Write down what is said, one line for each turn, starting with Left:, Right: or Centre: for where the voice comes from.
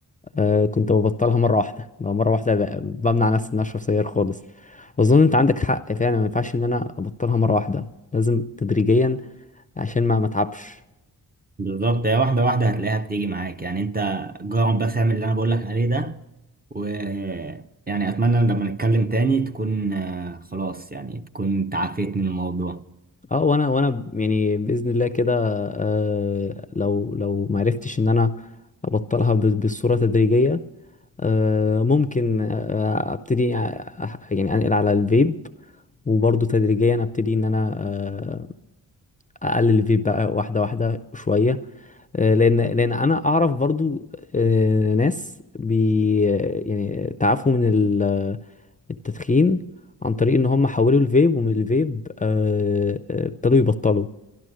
Left: آه، كنت ببطلها مرة واحدة لو مرة واحدة ب- بمنع نفسي إن أنا أشرب سجاير خالص أظن أنت عندك حق فعلا ما ينفعش إن أنا أبطلها مرة واحدة لازم تدريجيا عشان ما ما اتعبش
Right: بالظبط هي واحدة واحدة هتلاقيها بتيجي معاك يعني انت جرب بس اعمل اللي انا بقولك عليه ده و يعني اتمنى ان لما نتكلم تاني تكون آه، خلاص يعني تكون تعافيت من الموضوع
Left: اه وانا وانا يعني باذن الله كده آه لو لو ما عرفتش ان انا ابطلها ب- بالصوره تدريجيه آه ممكن آه آه، ابتدي أ- أح- يعني انقل على الفيب وبرضه تدريجيا ابتدي ان انا آه اقلل الفيب بقى واحده واحده شويه آه، لان لان انا اعرف برضو آه، ناس بي يعني تعافوا من ال- التدخين عن طريق ان هم حولوا الفيب ومن الفيب آه، آه، ابتدوا يبطلوا